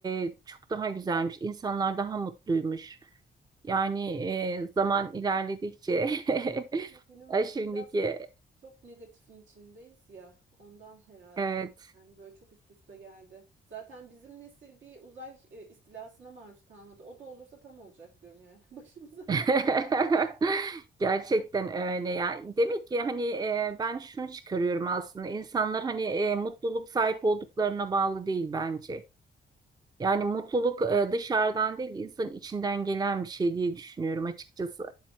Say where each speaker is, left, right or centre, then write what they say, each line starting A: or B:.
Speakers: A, on the right (about 20°); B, on the right (about 85°).
A: e, çok daha güzelmiş. İnsanlar daha mutluymuş. Yani e, zaman ilerledikçe
B: Günümüz
A: <laughs> Ay, şimdiki
B: biraz çok negatifin içindeyiz ya. Ondan herhalde.
A: evet.
B: Yani böyle çok üst üste geldi. Zaten bizim nesil bir uzay e, istilasına maruz kalmadı. O da olursa tam olacak diyorum yani. <laughs> Başımıza
A: <laughs>
B: her
A: Gerçekten öyle ya. Demek ki hani e, ben şunu çıkarıyorum aslında. İnsanlar hani e, mutluluk sahip olduklarına bağlı değil bence. Yani mutluluk e, dışarıdan değil, insanın içinden gelen bir şey diye düşünüyorum açıkçası.